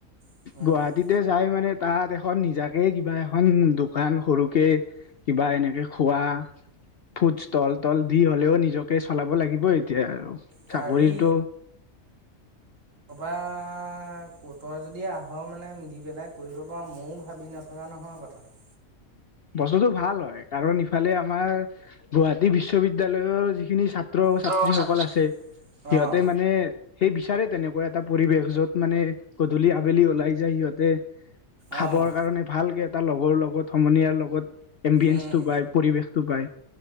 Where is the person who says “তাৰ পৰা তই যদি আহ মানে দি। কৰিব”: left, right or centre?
Right